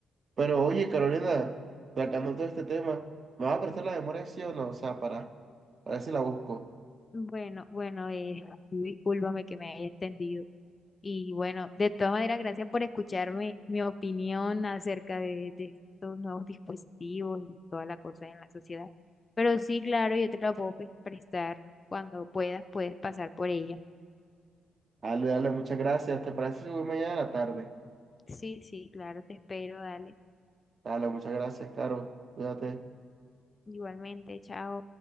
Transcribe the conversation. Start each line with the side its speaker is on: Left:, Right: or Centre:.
Right: Pero oye, Carolina, sacando todo este tema, ¿me vas a prestar la memoria sí o no? O sea, para, para ver si la busco.
Left: Bueno, bueno, eh, tú discúlpame que me haya extendido. Y bueno, de todas maneras, gracias por escucharme mi opinión acerca de, de estos nuevos dispositivos y toda la cosa en la sociedad. Pero sí, claro, yo te la puedo pues, prestar cuando puedas, puedes pasar por ella.
Right: Dale, dale, muchas gracias. ¿Te parece si voy mañana a la tarde?
Left: Sí, sí, claro, te espero, dale.
Right: Dale, muchas gracias, Caro. Cuídate.
Left: Igualmente, chao.